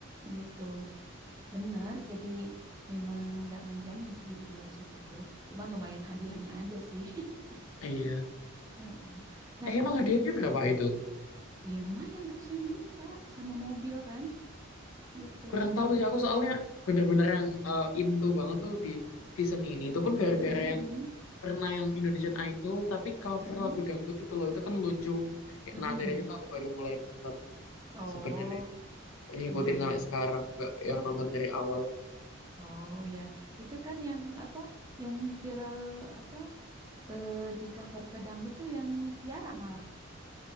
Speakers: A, on the right; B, on the left.
A: gitu. Bener, jadi memang nggak menjamin sih jadi juara satu tuh. Cuman lumayan hadiahnya aja sih. <laughs>
B: Iya.
A: Heeh. Nah,
B: Eh emang hadiahnya berapa Idol?
A: ya lumayan ratusan juta sama mobil kan, gitu.
B: Kurang tahu sih aku soalnya bener-bener yang eh, into banget tuh di season ini. Itu pun gara-gara
A: Mm-mm,
B: yang
A: mm-mm,
B: pernah yang Indonesian Idol tapi cover
A: mm-mm,
B: lagu dangdut itu loh itu kan lucu. Kayak
A: mm-mm.
B: nah dari itu aku baru mulai nonton
A: Oh,
B: sebenarnya. Ngikutin
A: iya
B: sampai
A: ya.
B: sekarang nggak yang nonton dari awal.
A: Oh ya, itu kan yang apa, yang viral apa eh, di cover ke dangdut tuh yang Tiara malah,